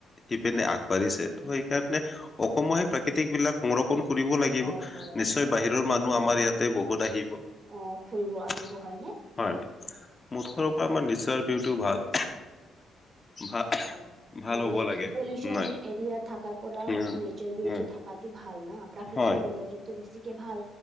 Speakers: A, on the left; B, on the right.
A: কৰি পিনে আগবাঢ়িছে। ত সেইকাৰণে অসমৰ সেই প্ৰাকৃতিক বিলাক সংৰক্ষণ কৰিব লাগে। লাগিব।
B: হয় হয়
A: নিশ্চয়,
B: হয়
A: বাহিৰৰ মানুহ আমাৰ ইয়াতে বহুত আহিব। হয়,
B: অ ফুৰিব আহিব হয়নে
A: মুঠৰ
B: অ
A: ওপৰত আমাৰ নিজৰ। সটো ভাল। ভাল
B: হয়।
A: ভাল
B: মানে
A: হ'ব লাগে।
B: পলিউচন
A: নাই
B: এৰিয়া থকাৰ পৰা
A: উম
B: মানে নেচাৰ বিউটি
A: উম
B: থকাটো ভাল ন। প্ৰাকৃতিৰ
A: হয়।
B: সৌন্দৰ্যটো বেছি ভাল,